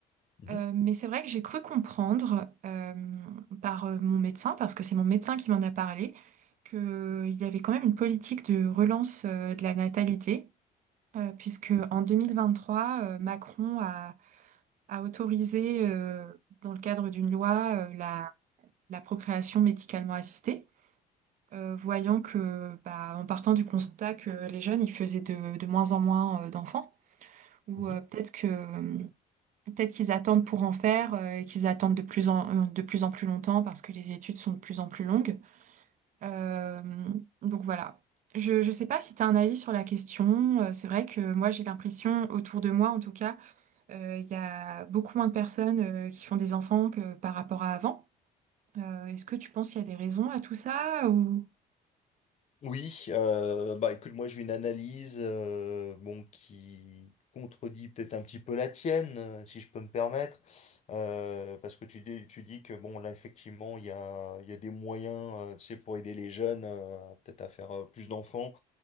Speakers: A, on the left (about 40°); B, on the right (about 50°).
A: Mhm.
B: Euh, mais c'est vrai que j'ai cru comprendre euh, par euh, mon médecin, parce que c'est mon médecin qui m'en a parlé, qu'il y avait quand même une politique de relance euh, de la natalité, euh, puisque en 2023, euh, Macron a à autoriser, euh, dans le cadre d'une loi, euh, la, la procréation médicalement assistée, euh, voyant que, bah, en partant du constat que les jeunes, ils faisaient de, de moins en moins, euh, d'enfants, ou
A: Mhm.
B: euh, peut-être que, euh, peut-être qu'ils attendent pour en faire, euh, et qu'ils attendent de plus en, euh, de plus en plus longtemps parce que les études sont de plus en plus longues. Euh, donc voilà. Je ne sais pas si tu as un avis sur la question. Euh, c'est vrai que moi, j'ai l'impression, autour de moi en tout cas, euh, Il y a beaucoup moins de personnes euh, qui font des enfants que par rapport à avant. Euh, est-ce que tu penses qu'il y a des raisons à tout ça ou...
A: Oui, euh, bah écoute, moi j'ai une analyse euh, bon, qui contredit peut-être un petit peu la tienne, euh, si je peux me permettre, euh, parce que tu dis, tu dis que bon là effectivement il y a, il y a des moyens euh, tu sais, pour aider les jeunes euh, peut-être à faire euh, plus d'enfants.